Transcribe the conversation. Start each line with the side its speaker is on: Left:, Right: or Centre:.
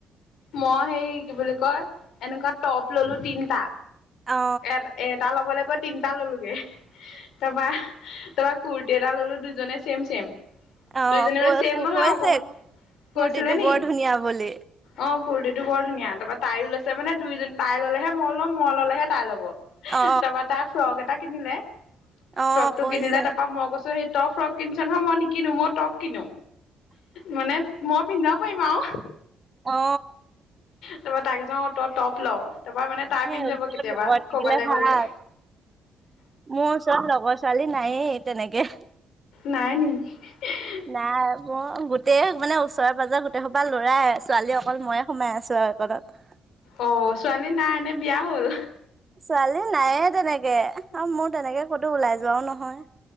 Left: মই সেই কি বুলি কয় এনেকুৱা টপ ল'লো তিনটা
Right: অ
Left: এট এ এটা ল'বলে গৈ তিনটা ল'লোগে তাৰপা- তাৰপা কুুৰ্তি এটা ল'লো দুজনে ছেম- ছেম
Right: অ
Left: দুইজনীৰে
Right: কৈ
Left: মানে ছেম নহয়
Right: কৈছে
Left: অকমা
Right: কুৰ্তিটো
Left: কৈছিলে
Right: বৰ
Left: নি?
Right: ধুনীয়া বুলি
Left: অ, কুৰ্তিটো বৰ ধুনীয়া তাৰপৰা তাইও লৈছে মানে দুইজনী তাই ললেহে মই লম মই ললেহে তাই ল'ব।
Right: অ
Left: তাৰপা তা ফ্ৰক এটা কিনিলে
Right: অ
Left: ফ্ৰক টো
Right: কৈছে
Left: কিনিলে তাৰপা মই কৈছো সেই তই ফ্ৰক কিনিছ নহয় মই নিকিনো মই টপ কিনো মানে মই পিন্ধি যাব পাৰিম আও।
Right: অ
Left: তাৰপা তাই কৈছে অ, তই টপ ল' তাৰ পা মানে তাই
Right: সেই
Left: পিন্ধি
Right: ওচৰত
Left: যাব কেতিয়াবা
Right: লগৰ থাকিলে
Left: কবালে
Right: ভাল
Left: গ'লে।
Right: মোৰ ওচৰত লগৰ ছোৱালী নায়ে তেনেকে।
Left: নাই নি <unintelligible>
Right: নাই মোৰ গোটেই মানে ওচৰেৰে পাঁজৰে গোটেই সোপা লৰাই ছোৱালী অকল ময়ে সোমাই আছো আৰু একণত।
Left: অ, ছোৱালী নাই নে বিয়া হ'ল?
Right: ছোৱালী নায়ে তেনেকে আৰু মোৰ তেনেকে ক'তো ওলাই যোৱাও নহয়।